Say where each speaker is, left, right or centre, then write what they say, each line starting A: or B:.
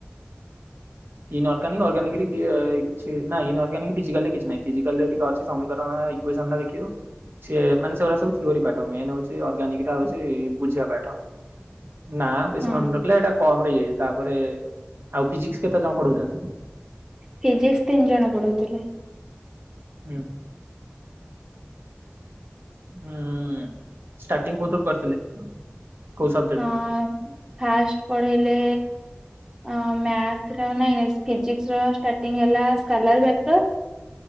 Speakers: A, on the right (about 60°); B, on the right (about 20°).
A: <inaudible> ଇନ ଅର୍ଗାନିକ ଅର୍ଗାନିକରେ କିଛି ନଁ ଇ ଅର୍ଗାନିକିଜିକା କିଛି ନାହିଁ ଫିଜିକାଲରେେ ଅଛି ସମୀକରଣ ଇକୱେନ ଦେଖେଇବ। ସେ ମାନେ ସେଗୁଡା ସବୁ ଥିଓ ପାଠ ମ ହଉଛି ଅର୍ଗାନିକା ହଉଛି ବୁଝିବା ପାଠ <inaudible> ନା ବେସି
B: ହଁ।
A: ମଣ୍ଡ ଏଟା କମରେ ଇଏ ତାପରେ ଆଉ ଫିଜିକସ କେତେ ଜଣ ପଢଉଛ
B: ଫିଜିସ୍ ତିନି ଜଣ ପଢଉଥିଲେ।
A: ହୁଁ ହୁଁ <inaudible> ହୁଁ ଷ୍ଟାର୍ଟିଂ କୋଉ ଥିରୁ କରିଥିଲେ। କୋଉ ସବଜେକ୍ଟରୁ
B: ହ ଫାଷ୍ଟ ପଢେଇଲେ ଅଁ ମ୳୲ଥର ନାଇଁ ଫିଜିକସ ର ର୍ ହେଲା ସ୍ଲାଟର ଚାପଟର